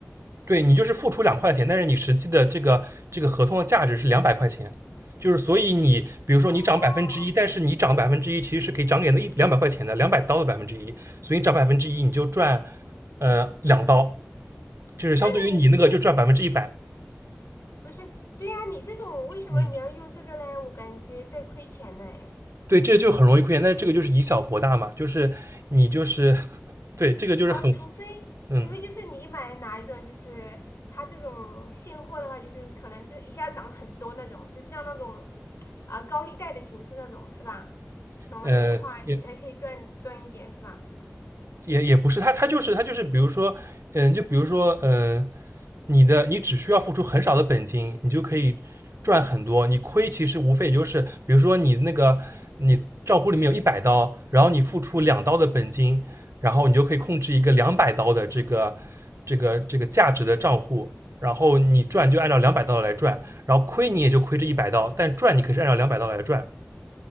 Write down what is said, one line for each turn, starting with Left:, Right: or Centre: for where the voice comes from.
Right: 对，你就是付出两块钱，但是你实际的这个这个合同的价值是两百块钱，就是所以你比如说你涨百分之一，
Left: 哦，
Right: 但是你涨百分之一其实是可以涨给那一两百块钱的，两百刀的百分之一，所以你涨百分之一你就赚呃两刀，就是相对于你那个就赚百分之一百，
Left: 那你不是，对呀、啊你这种为什么你要用这个嘞？
Right: 嗯。
Left: 我感觉在亏钱嘞。
Right: 对，这就很容易亏钱，但是这个就是以小博大嘛，就是你就是 <laughs> 对这个就是很
Left: 哦，除非
Right: 嗯
Left: 除非就是你买哪一种，就是它这种现货的话，就是可能就一下涨很多那种，就像那种啊、高利贷的形式那种，是吧？涨得很快，
Right: 呃也。
Left: 你才可以赚赚一点，是吧？
Right: 也也不是，他他就是他就是，比如说，嗯，就比如说，嗯，你的你只需要付出很少的本金，你就可以赚很多。你亏其实无非也就是，比如说你那个你账户里面有一百刀，然后你付出两刀的本金，
Left: 嗯，
Right: 然后你就可以控制一个两百刀的这个这个这个价值的账户，然后你赚就按照两百刀来赚，然后亏你也就亏这一百刀，但赚你可是按照两百刀来赚。